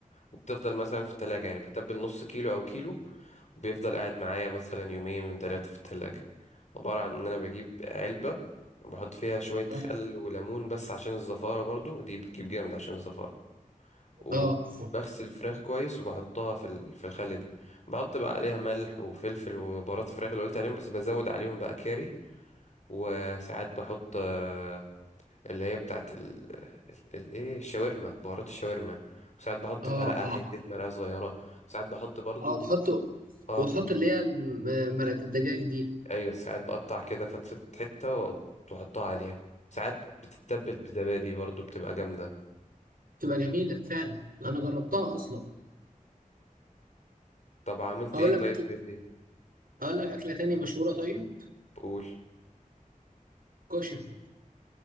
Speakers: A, on the left; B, on the right.
A: وبتفضل مثلا في التلاجة يعني بتبل نص كيلو او كيلو وبيفضل قاعد معايا مثلا يومين من ثلاثه في التلاجة عباره عن ان انا بجيب علبه وبحط فيها شويه
B: اه
A: خل وليمون بس عشان الزفاره برضو دي بتجيب جامد عشان الزفاره وبغسل
B: اه
A: الفراخ كويس وبحطها في ال- في الخلة دي بحط بقى عليها ملح وفلفل وبهارات الفراخ اللي قلت عليهم بس بزود عليهم بقى كاري وساعات بحط آه، اللي هي بتاعت ال... ال... ال... ايه الشاورما بهارات الشاورما وساعات بحط
B: اه
A: مرقة
B: اه
A: حتة مرقة صغيرة وساعات بحط برضو
B: اه تحطه
A: اه
B: وتحط اللي هي الم- مرقة الدجاج دي
A: ايوه ساعات بقطع كده فتفت حتة وأقط- واحطها عليها ساعات بتتبل بزبادي برضو بتبقى جامدة
B: بتبقى جميلة فعلا انا جربتها اصلا
A: طب عملت
B: هقول
A: ايه طيب
B: لك اكل
A: غير دي
B: هقول لك اكلة تاني مشهورة طيب
A: قول
B: كشري